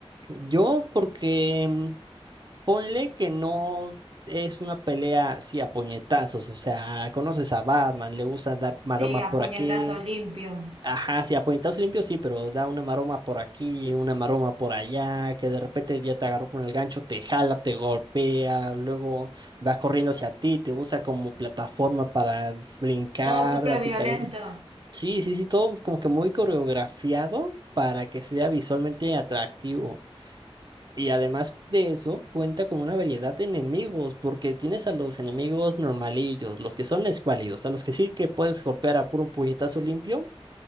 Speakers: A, on the right; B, on the right.
A: Yo porque... Ponle que no es una pelea así a puñetazos, o sea, conoces a Batman, le gusta dar maromas
B: Sí, a
A: por
B: puñetazo
A: aquí.
B: limpio.
A: Ajá, sí, a puñetazos limpios sí, pero da una maroma por aquí, una maroma por allá, que de repente ya te agarró con el gancho, te jala, te golpea, luego va corriendo hacia ti, te usa como plataforma para brincar,
B: Todo súper
A: a ti
B: violento.
A: también. Sí, sí, sí, todo como que muy coreografiado para que sea visualmente atractivo. Y además de eso, cuenta con una variedad de enemigos, porque tienes a los enemigos normalillos, los que son escuálidos, a los que sí que puedes golpear a puro puñetazo limpio,